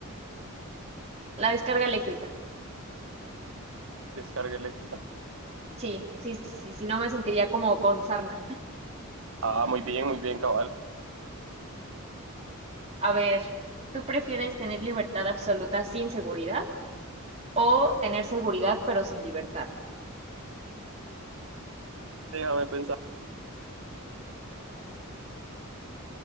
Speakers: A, on the right; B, on the right.
A: La descarga eléctrica.
B: Descarga eléctrica.
A: Sí, sí, sí, sí, no me sentiría como con sarna.
B: Ah, muy bien, muy bien, cabal.
A: A ver, ¿tú prefieres tener libertad absoluta sin seguridad o tener seguridad pero sin libertad?
B: Déjame pensar.